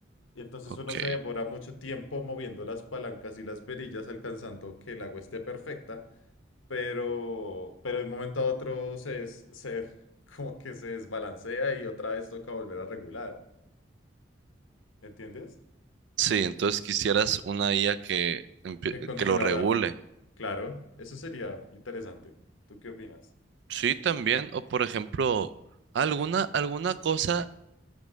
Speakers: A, on the left; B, on the right.
A: Y entonces
B: ok.
A: uno se devora mucho tiempo moviendo las palancas y las perillas, alcanzando que el agua esté perfecta, pero, pero de un momento a otro se, des- se <laughs> como que se desbalancea y otra vez toca volver a regular. ¿Entiendes?
B: Sí, entonces quisieras una IA que, empie-
A: Que controlará.
B: que lo regule.
A: Claro, eso sería interesante. ¿Tú qué opinas?
B: Sí, también. O por ejemplo, alguna, alguna cosa,